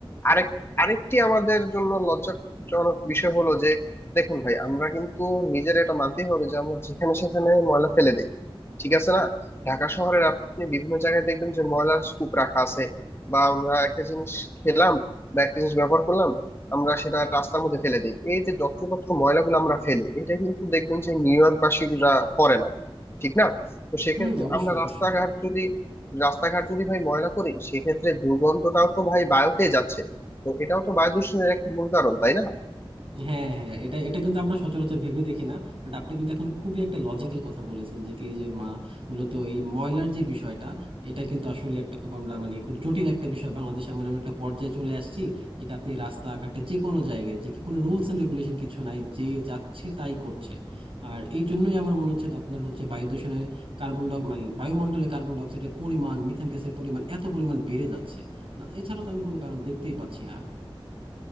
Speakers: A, on the left; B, on the right.
A: আরেক আরেকটি আমাদের জন্য লজ্জাজনক বিষয় হলো যে দেখুন ভাই আমরা কিন্তু নিজের এটা মানতেই হবে যে আমরা যেখানে সেখানে ময়লা ফেলে দিই ঠিক আছে না ঢাকা শহরের আপনি বিভিন্ন জায়গায় দেখবেন যে ময়লার স্তূপ রাখা আছে বা আমরা একটা জিনিস খেলাম বা একটা জিনিস ব্যবহার করলাম আমরা সেটা রাস্তার মধ্যে ফেলে দিই এই যে যত্রতত্র ময়লাগুলো আমরা ফেলি এটা কিন্তু দেখবেন যে নিউ ইয়র্ক বাসীরা করে না ঠিক না তো সেক্ষেত্রে
B: হুম অবশ্যই
A: আমরা
B: অবশ্যই
A: রাস্তাঘাট যদি রাস্তাঘাট যদি ভাই ময়লা করি সেক্ষেত্রে দুর্গন্ধটাও তো ভাই বায়ুতে যাচ্ছে তো এটাও তো বায়ু দূষণের একটা মূল কারণ তাই না
B: হ্যাঁ হ্যাঁ এটা এটা কিন্তু আমরা সচরাচর ভেবে দেখি না বাট আপনি কিন্তু এখন খুবই একটা লজিক্যাল কথা বলেছেন যে কি এই যে মা মূলত এই ময়লার যে বিষয়টা এটা কিন্তু আসলে একটা খুব আমরা মানে খুব জটিল একটা বিষয় বাংলাদেশে এমন এমন একটা পর্যায়ে চলে আসছি যে কি আপনি রাস্তাঘাটে যে কোনো জায়গায় যে কি কোনো রুলস এন্ড রেগুলেশন কিছু নাই যে যাচ্ছে তাই করছে আর এই জন্যই আমার মনে হচ্ছে আপনার হচ্ছে বায়ু দূষণের কার্বন ডাই মানে বায়ুমণ্ডলে কার্বন ডাইঅক্সাইডের পরিমাণ মিথেন গ্যাসের পরিমাণ এত পরিমাণ বেড়ে যাচ্ছে না এছাড়া তো আমি কোনো কারণ দেখতেই পাচ্ছি না